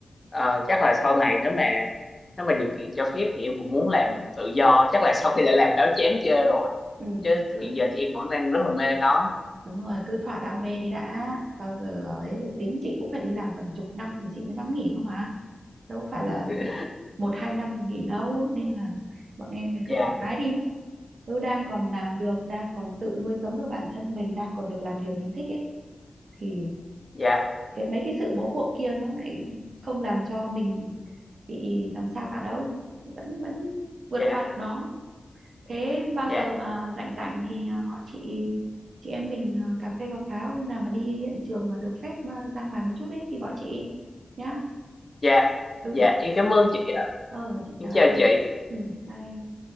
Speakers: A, on the left; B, on the right.
A: ờ, chắc là sau này nếu mà nếu mà điều kiện cho phép thì em cũng muốn làm tự do chắc là sau khi đã làm báo chán chê rồi
B: ừ
A: chứ
B: cứ
A: hiện giờ thì em vẫn đang rất là mê nó
B: đúng rồi cứ thỏa đam mê đi đã bao giờ ấy rồi tính chị cũng phải đi làm tầm chục năm rồi chị mới dám nghỉ cơ mà đâu phải
A: <laughs>
B: là Ừ. một hai năm rồi nghỉ đâu nên là bọn em thì
A: dạ
B: cứ thoải mái đi cứ đang còn làm được đang còn tự nuôi sống được bản thân mình đang còn được làm điều mình thích ấy thì
A: dạ
B: cái mấy cái sự bó buộc kia nó lại không làm cho mình bị làm sao cả đâu vẫn vẫn vượt
A: dạ
B: qua được nó thế bao
A: dạ
B: giờ mà rảnh rảnh thì à, gọi chị chị em mình à, cà phê cà pháo hôm nào mà đi hiện trường mà được phép à, ra ngoài một chút ấy thì gọi chị nhá
A: dạ
B: ừ
A: dạ em cảm ơn chị ạ
B: ờ chị chào
A: em chào
B: em
A: chị
B: ừ bye em